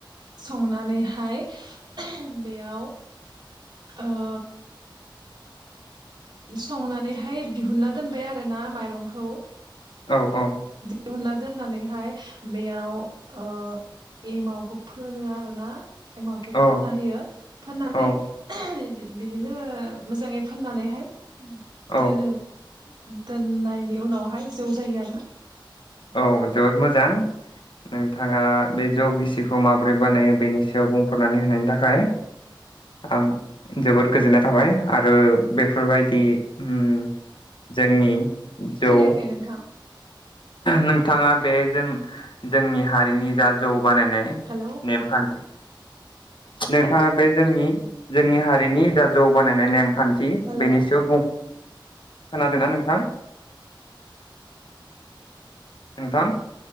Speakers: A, on the right; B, on the left.
A: संनानैहाय बेयाव ओ <inaudible> संनानैहाय दिहुनना दोनबाय आरो ना माइरंखौ
B: औ औ
A: हुनना दोननानैहाय बेयाव ओ एमावखौ फोनो आरो ना एमावखौ
B: औ
A: फोनना होयो फोननानै
B: औ
A: इदि बिदिनो मोजाङै फोननानैहाय
B: औ
A: दोनो दोननायनि उनावहाय जौ जायो आरोना
B: औ जोबोद मोजां नोंथाङा बे जौ गिसिखौ माबोरै बानायो बेनि सायाव बुंफोर'नानै होनायनि थाखाय आं जोबोद गोजोननाय थाबाय आरो बेफोरबायदि उम जोंनि जौ
A: खोनायाखै नोंथां
B: नोंथाङा बेजों जोंनि हारिनि जा जौ बानायनाय
A: हेलौ
B: नेमखान्थि नोंथाङा बे जोंनि जोंनि हारि रिनि जा जौ बानायनाय नेमखान्थि
A: हेलौ
B: बेनि सायाव बुं खोनादोंना नोंथां नोंथां